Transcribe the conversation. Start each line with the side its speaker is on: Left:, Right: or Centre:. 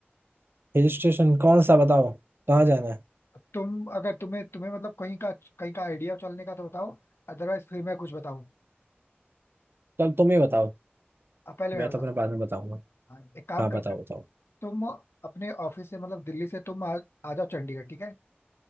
Right: हिल स्टेशन कौन सा बताओ कहाँ जाना है
Left: तुम अगर तुम्हें तुम्हें मतलब कहीं का कहीं का आइडिया चलने का तो बताओ अदरवाइज फिर मैं कुछ बताऊँ
Right: चल तुम ही बताओ
Left: अब पहले
Right: मैं
Left: मैं बताता
Right: तो अपने
Left: हूँ
Right: बाद में बताऊंगा
Left: हाँ, एक काम
Right: हाँ
Left: करते
Right: बताओ
Left: हैं ना,
Right: बताओ
Left: तुम अपने ऑफिस से मतलब दिल्ली से तुम आ, आ जाओ चंडीगढ़ ठीक है